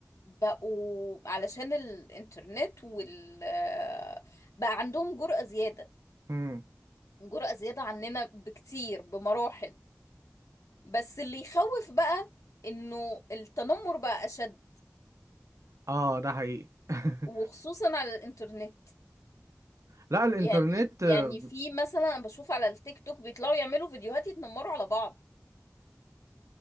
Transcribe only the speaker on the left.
بقوا علشان الانترنت وال آه، بقى عندهم جرأة زيادة
جرأة زيادة عننا بكتير بمراحل بس اللي يخوف بقى انه التنمر بقى اشد
وخصوصا على الانترنت
يعني يعني
في مثلا أنا بشوف على التيك توك بيطلعوا يعملوا فيديوهات يتنمروا على بعض